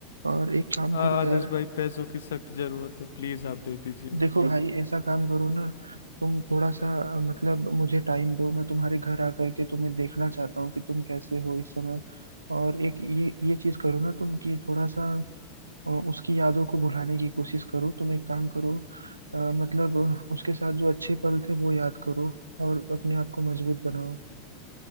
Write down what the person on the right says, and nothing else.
और एक काम
करो
यार
देखो तो भाई ऐसा काम करो ना तुम थोड़ा सा अ, मतलब मुझे टाइम दो मैं तुम्हारे घर आकर के तुम्हें देखना चाहता हूँ कि तुम कैसे हो इस समय और एक ये ये चीज करो ना तुम कि थोड़ा सा अ, उसकी यादों को भुलाने की कोशिश करो तुम एक काम करो अ, मतलब अ, उसके साथ जो अच्छे पल थे वो याद करो और अपने आप को मजबूत बनाओ